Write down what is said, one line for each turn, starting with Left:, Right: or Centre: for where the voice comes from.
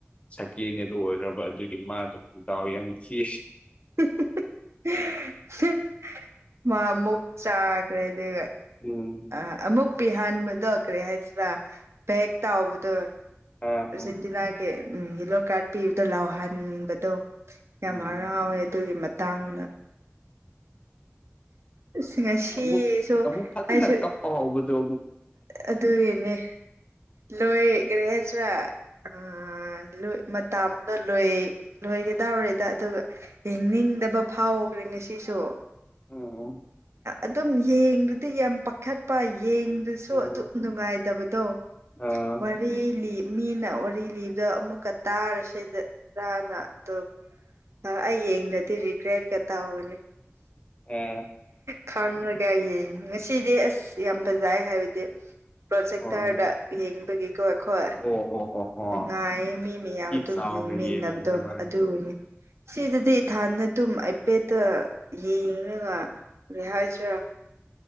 Left: ꯁꯀꯦꯟ ꯌꯦꯂꯣ ꯑꯣꯏꯈ꯭ꯔꯕ ꯑꯗꯨꯒꯤ ꯃꯥꯗꯣ ꯗꯥꯎ ꯌꯥꯝ ꯊꯤ
Right: <unintelligible> ꯃꯥꯃꯨꯛ ꯆꯥꯈ꯭ꯔꯦꯗꯨꯒ
Left: ꯎꯝ
Right: ꯑ ꯑꯃꯨꯛ ꯄꯤꯍꯟꯕꯗꯣ ꯀꯔꯤ ꯍꯥꯏꯁꯤꯔꯥ ꯕꯦꯛ ꯇꯥꯎꯕꯗꯣ
Left: ꯑꯥ
Right: ꯑꯔꯖꯦꯟꯇꯤꯅꯥꯒꯤ
Left: ꯑꯥ
Right: ꯎꯝ ꯌꯦꯂꯣ ꯀꯥꯔꯠ ꯄꯤꯕꯗꯣ ꯂꯥꯎꯍꯟꯕꯗꯣ꯫ ꯌꯥꯝ
Left: ꯎꯝ
Right: ꯍꯔꯥꯎꯋꯦ ꯑꯗꯨꯒꯤ ꯃꯇꯥꯡꯗ꯫ ꯑꯁ ꯉꯁꯤꯁꯨ
Left: ꯑꯃꯨꯛ ꯑꯃꯨꯛ ꯐꯖꯅ
Right: ꯑꯩꯁꯨ
Left: ꯀꯞꯄ ꯍꯧꯕꯗꯣ ꯑꯃꯨꯛ꯫
Right: ꯑꯗꯨꯒꯤꯅꯦ ꯂꯣꯏ ꯀꯔꯦ ꯍꯥꯏꯁꯤꯔꯥ ꯑꯥ ꯂꯣꯏ ꯃꯇꯝꯗꯨ ꯂꯣꯏꯒꯗꯧꯔꯦꯗ ꯑꯗꯨꯒ ꯌꯦꯡꯅꯤꯡꯗꯕ ꯐꯥꯎꯈ꯭ꯔꯦ ꯉꯁꯤꯁꯨ꯫
Left: <unintelligible>
Right: ꯑꯗꯨꯝ ꯌꯦꯡꯕꯗꯤ ꯌꯥꯝ ꯄꯥꯈꯠꯄ ꯌꯦꯡꯗ ꯁꯨ
Left: ꯎꯝ
Right: ꯑꯗꯨꯝ ꯅꯨꯡꯉꯥꯏꯇꯕꯗꯣ
Left: ꯑꯥ
Right: ꯋꯥ ꯔꯤ ꯂꯤ ꯃꯤꯅ ꯋꯥꯔꯤ ꯂꯤꯕꯗꯣ ꯑꯃꯨꯛꯀ ꯇꯥꯔꯁꯤꯗꯔꯥꯅ ꯑꯗꯨ ꯒ ꯑꯩ ꯌꯦꯡꯗ꯭ꯔꯗꯤ ꯔꯤꯒ꯭ꯔꯦꯠꯀ ꯇꯧꯒꯅꯤ
Left: ꯑ
Right: ꯈꯥꯡꯉꯒ ꯌꯦꯡ ꯉꯁꯤꯗꯤ ꯑꯁ ꯌꯥꯝ ꯐꯖꯥꯏ ꯍꯥꯏꯕꯗꯤ ꯄ꯭ꯔꯣꯖꯦꯛꯇꯔꯗ
Left: ꯍꯣꯏ
Right: ꯌꯦꯡꯕꯒꯤꯀꯣ ꯈꯣꯏ꯫
Left: ꯑꯣ ꯑꯣ ꯑꯣ ꯑꯣ
Right: ꯅꯨꯡꯉꯥꯏꯌꯦ ꯃꯤ ꯃꯌꯥꯝ ꯑꯗꯨꯝ
Left: ꯆꯥꯎꯅ
Right: ꯌꯦꯡꯃꯤꯟꯅꯕꯗꯣ
Left: ꯌꯦꯡꯕꯒꯗꯤ ꯍꯣꯏ
Right: ꯑꯗꯨꯅꯦ꯫ ꯁꯤꯗꯗꯤ ꯏꯊꯥꯟꯗ ꯑꯗꯨꯝ ꯑꯥꯏꯄꯦꯠꯇ ꯌꯦꯡꯂꯒꯥ ꯀꯔꯤ ꯍꯥꯏꯁꯤꯔꯥ꯫